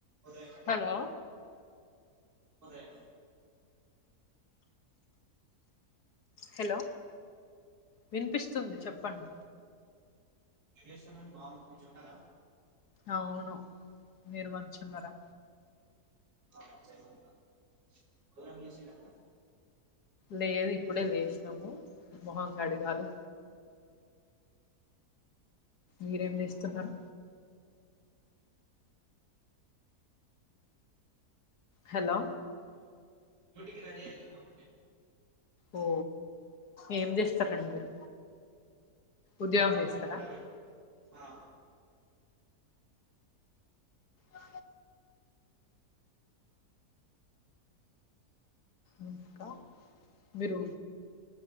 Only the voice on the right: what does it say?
ఉదయనండి
ఉదయం
ఏం చేస్తామండి బాగున్న మంచిగున్నర
అవున చెరువున్నదా భోజనం చేసిరండి
డ్యూటీకి రెడీ అయితున్నమండి
మేము ప్రైవేట్ ఆ